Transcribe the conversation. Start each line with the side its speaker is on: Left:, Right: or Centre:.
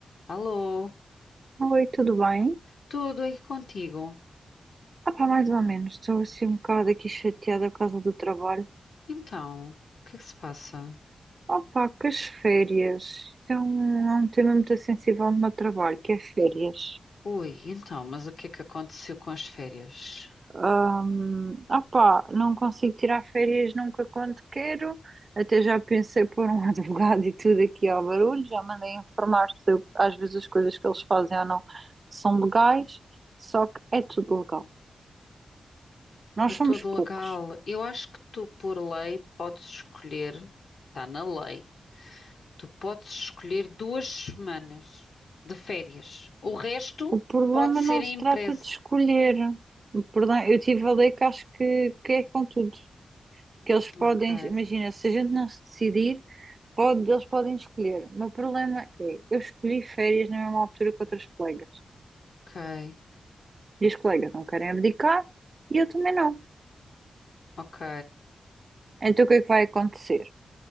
Left: Alô,
Right: Oi, tudo bem?
Left: tudo aí contigo?
Right: Ah pá, mais ou menos. Estou assim um bocado aqui chateada por causa do trabalho.
Left: Então, o que é que se passa?
Right: Ah pá, que as férias. Isto é um, é um tema muito sensível no meu trabalho, que é férias.
Left: Ui, então, mas o que é que aconteceu com as férias?
Right: Ahm, Ah pá, não consigo tirar férias nunca quando quero. Até já pensei pôr um <laughs> advogado e tudo aqui ao barulho. Já mandei informar se eu- às vezes as coisas que eles fazem ou não são legais. Só que é tudo legal. Nós
Left: É
Right: somos
Left: tudo
Right: poucos.
Left: legal. Eu acho que tu, por lei, podes escolher, está na lei, tu podes escolher duas semanas de férias. O resto
Right: O problema
Left: pode ser
Right: não se
Left: em empresa.
Right: trata de escolher. O problema, eu tive a ler que acho que, que é com tudo. Que eles podem,
Left: Ok,
Right: imagina, se a gente não se decidir, pode, eles podem escolher. O meu problema é, eu escolhi férias na mesma altura que outras colegas.
Left: ok,
Right: E as colegas não querem abdicar e eu também não.
Left: ok,
Right: Então o que é que vai acontecer?